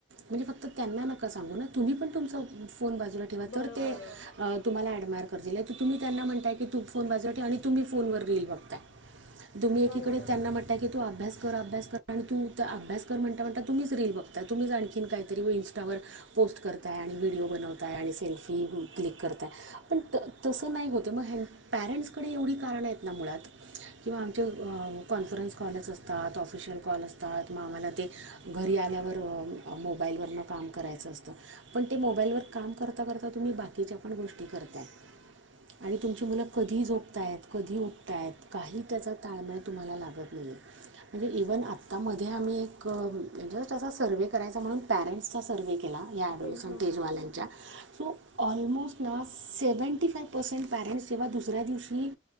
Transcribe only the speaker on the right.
म्हणजे फक्त त्यांना नका सांगू ना तुम्ही पण तुमचं ोन बाजूला ठेवा
तर ते
तुमला ऍडयर कर तुम्ही त्यांना म्हण की तू फोन बाजव आणि तुम्ही फोनवर रील बघताय तुम्ही एकीकडे
त्यांना
म्हणताय की तू अभ्यास अभ्यास कर आणि तू त्या अभ्यास कर म्हण म्हणट तु्हीच रीलल बघ तुम्ही जा आणखीन काहीतरी इं्स्टावर पोस्ट करताय आणि व्हिडिओ बनवताय आणि सेल्फी क्लिक करता पण तस नाही होत मग परेंटकडे एवढी कारणं आहेत ना मुळात किंवा आमचे कॉन्फरन्स कॉलच असतात ऑफिशियल कॉल असतात मग आम्हाला ते घरी आल्यावर तर आम मोबाईलवरन काम करायचं असतं पण ते मोबाईलवर काम करता करता तुम्ही बाकीच्या पण गोष्टी करताय ह आणि तुमची मुलं कधी झोपतायत कधी उठतायत काही त्याचा ताळमेळ तुम्हाला लागत नाही म्हणजे इव्हन आतामध्ये आम्ही एक जस्ट अस सर्व्वे करायचा म्हणून पॅरेंट्सचा सर्व् केला या डलसन
तेजवाल्यांच्या सो ऑलमोस्ट ना सेव्हनटी फायव पर्सेंट पॅरेंट्स जेव्हा दुसऱ्या दिवशी